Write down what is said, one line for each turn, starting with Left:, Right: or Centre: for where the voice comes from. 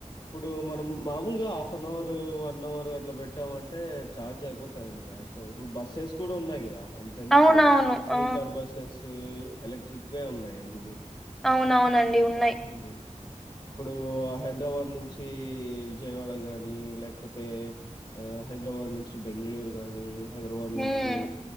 Left: ఇప్పుడు మనం మామూల్గా half an hour one hour అట్ల పెట్టామంటే ఛార్జ్ అయిపోతయండి మ్యాక్సిమం ఇప్పుడు బస్సెస్ కుడా ఉన్నాయి గదా అంతెందుకు
Centre: అవునవును.
Left: స్లీపర్
Centre: ఆ!
Left: బస్సెస్ వే ఎలక్ట్రిక్ వే ఉన్నయి అన్నీ
Centre: అవునవునండి ఉన్నయి
Left: హ్మ్. ఇప్పుడు హైద్రాబాద్ నుంచీ విజయవాడ గాని ల్యాక్పోతే ఆ హైద్రాబాద్ నుంచి బెంగ్ళూరు గాని హైదరబాద్
Centre: హ్మ్.
Left: నుంచి